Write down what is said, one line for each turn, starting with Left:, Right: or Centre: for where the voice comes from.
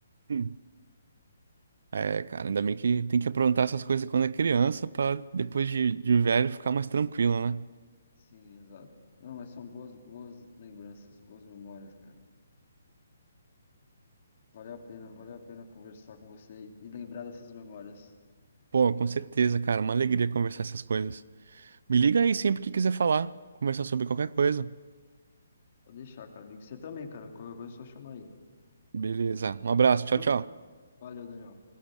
Right: Hum. É, cara, ainda bem que tem que aprontar essas coisas quando é criança pra depois de, de velho ficar mais tranquilo, né?
Left: Sim, exato. Não, mas são boas, boas lembranças, boas memórias, cara. Valeu a pena, valeu a pena conversar com você e, e lembrar dessas memórias.
Right: Pô, com certeza, cara. Uma alegria conversar essas coisas. Me liga aí sempre que quiser falar, conversar sobre qualquer coisa.
Left: Vou deixar, cara. Digo você também, cara. Qualquer coisa é só chamar aí.
Right: Beleza. Um abraço.
Left: Fechou?
Right: Tchau, tchau.
Left: Valeu, Daniel.